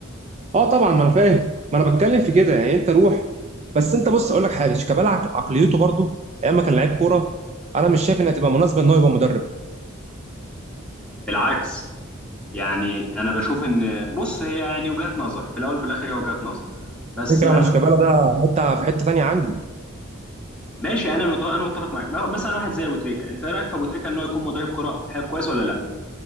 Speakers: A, on the right (about 30°); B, in the centre.
A: اه طبعا ما انا فاهم ما انا بتكلم في كده يعني انت روح بس انت بص اقول لك حاجه شيكابالا عق- عقليته برضه ايام ما كان لعيب كوره انا مش شايف انها تبقى مناسبه ان هو يبقى مدرب
B: بالعكس يعني انا بشوف ان بص هي يعني وجهات نظر في الاول وفي الاخر هي وجهات نظر بس
A: الفكره
B: يعني
A: انا شيكابالا
B: مثلاً-
A: ده حته في حته تانيه عندي
B: ماشي انا متفق انا متفق معاك ما- مثلا واحد زي ابو تريكه انت إيه رايك في ابو تريكه ان هو يكون مدرب كره ح- كويس ولا لا